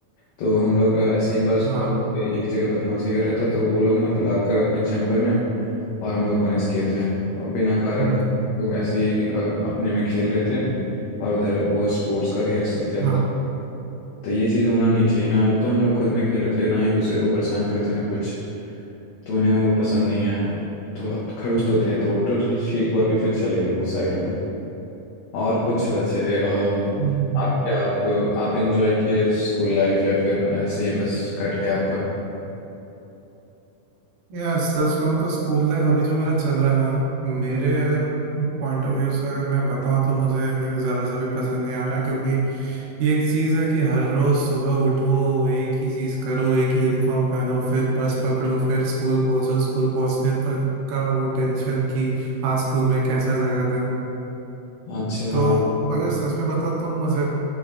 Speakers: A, on the left; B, on the right.
A: तो हम लोग ऐसे ही बस
B: हाँ
A: बैठ के एक जगह बदमाशी कर रहे थे तो वो लोग ना बुलाकर अपने चैम्बर में और हम लोग पनिश किए थे और बिना कारण
B: हम्म,
A: का लोग ऐसे ही अ- अपने में खेल रहे थे और उधर वो स्पोर्ट्स का रिहर्सल चल
B: हाँ
A: रहा था तो ये चीज़ होना नहीं चाहिए ना वो तो हम लोग खुद में खेल रहे थे ना ही दूसरे को परेशान कर रहे थे ना कुछ तो उन्हें वो पसंद नहीं आया तो खड़ूस तो थे तो वो तो ठीक हुआ कि फिर चले गए वो साइड हो गए और कुछ वैसे अम,
B: हम्म,
A: आप क्या आप आप एंजॉय किए स्कूल लाइफ या फिर ऐसे ही बस कट गया आपका
B: यार सच कहूँ तो स्कूल लाइफ अभी जो मेरा चल रहा है ना मेरे अगर पॉइंट ऑफ व्यू से अगर मैं बताऊँ तो मुझे ज़रा सा भी पसंद नहीं आ रहा क्योंकि ये एक चीज़ है कि हर रोज़ सुबह उठो एक ही चीज़ करो एक ही यूनिफॉर्म पहनो फिर बस पकड़ो फिर स्कूल पहुँचो स्कूल पहुँचने तक का वो टेंशन कि आज स्कूल में कैसा जाएगा दिन
A: अच्छा
B: तो
A: हाँ
B: अगर सच में बताओ तो मुझे